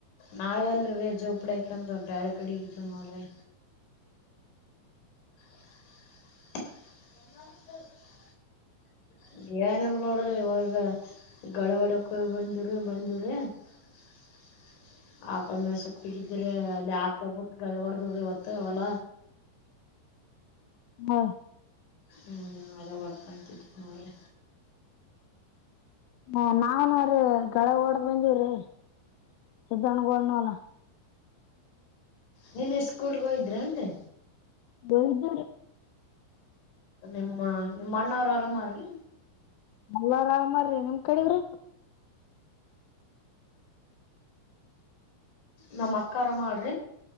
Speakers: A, on the left; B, on the left.
A: ನಾವೆಲ್ರೀ ಜೋಪಡಕಂದ ಬ್ಯಾಡ ಕಡೆ ಇದ್ದ ನೋ್ರಿ <unintelligible> <unintelligible> ಏನ್ಲ್ ಮಾಡೋಡ್ರಿ ಇವಾಗ ಗಳವಾಡಕೋಗಿ ಬಂದಿ್ರಿ ಬಂದಿವವ್ರಿ <unintelligible> ಹಗಿದ್ರೆ ಅಲ್ಲಿ ಯಾಕೋಗಬಿಟ್ಟು ಗಡಿ ಮಾಡಡ್ದಿ ಇವತ್ತ ಅವಲ
B: ಹಾ
A: ಹ್ಮ್ ಅದ ಹೊಳ್ಕಾಣತಿದವಿ ನೋಡ್ರಿ
B: ಹ ನಾವ್ನ್ರೀ ಕೆಳಗೆ ಓಡ್ದ್ ಬಂದೀವ್ರಿ ಸ್ಧಣಗೋಡ್ನ ವಲ
A: ನಿನ್ನೆ ಸ್ಕೂಲ್ಗ ಹೋಯಿದ್ರೆ ಏನ್ರೀ
B: ಹೋಗಿದ್ದೀರಿ
A: ನಿಮ್ಮ ನಿಮ್ಮ ಅಣ್ಣವರು ಆರಾಮ್ರೀ
B: ಎಲ್ಲ ಆರಾಮಾರ್ರಿ ನಿಮ್ ಕಡೆಗ್ರಿ
A: ನಮ್ಮ್ ಅಕ್ಕರ ಮಾಡ್ರಿ